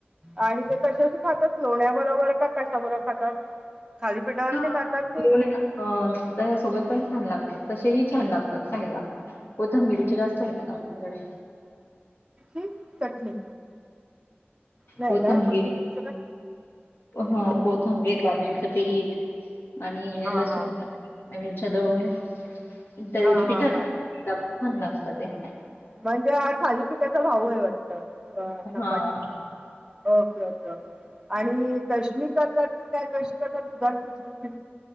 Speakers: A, on the right (about 15°); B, on the left (about 60°).
A: आणि ते कशाशी? खातात लोण्या बरोबर का कशा बरोबर खातात. थालीपीठावर
B: हा
A: ते खातात की
B: लोण्या अ दह्यासोबत पण छान लागतं. तसेही छान लागतात खायला कोथिंबीर चे जास्त होतात आमच्याकडे.
A: ह चटणी. नाही
B: कोथिंबीर
A: काय कोथिंबिरीचं काय
B: हा कोथिंबीर बाजरीच पीठ आणि
A: हा
B: लसूण,
A: हा
B: मिरच्या दळून पिठात
A: हा हा हा
B: मिक्स केल्यावर छान लागताते.
A: म्हणजे हा थालीपीठाचा भाऊ आहे वाटतं. धपाटे
B: हां.
A: म्हणजे ओके ओके ओके आणि दश्मी करतात ती काय कशी करतात दुधात भिजून?